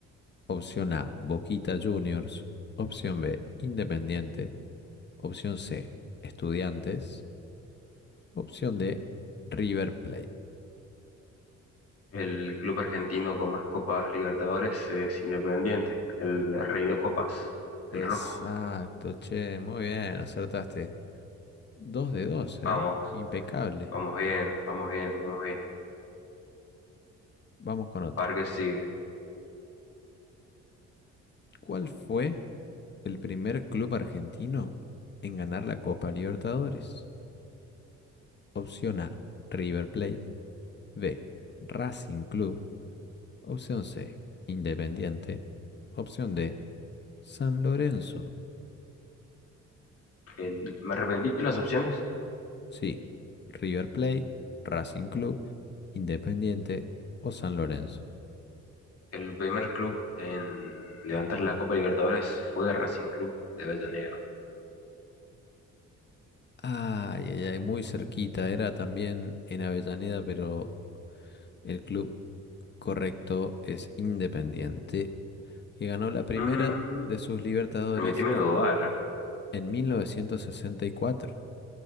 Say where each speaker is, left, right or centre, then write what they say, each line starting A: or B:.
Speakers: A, on the left (about 35°); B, on the left (about 50°).
A: Opción A, Boquita Juniors. Opción B, Independiente. Opción C, Estudiantes. Opción D, River Plate.
B: El club argentino con más Copas Libertadores es Independiente, el rey de copas,
A: Exacto,
B: el rojo.
A: che, muy bien, acertaste. Dos de dos, ¿eh?
B: Vamos,
A: Impecable.
B: vamos bien, vamos bien, vamos bien.
A: Vamos con otra.
B: A ver qué sigue.
A: ¿Cuál fue el primer club argentino en ganar la Copa Libertadores? Opción A, River Plate. B, Racing Club. Opción C, Independiente. Opción D, San Lorenzo.
B: El, ¿me repetí las opciones?
A: Sí, River Plate, Racing Club, Independiente o San Lorenzo.
B: El primer club en levantar la Copa Libertadores fue Racing Club de Avellaneda.
A: Ay, ay, ay, muy cerquita. Era también en Avellaneda, pero el club correcto es Independiente, que ganó la primera
B: Mm,
A: de sus Libertadores
B: permitime
A: en,
B: dudar.
A: en 1964.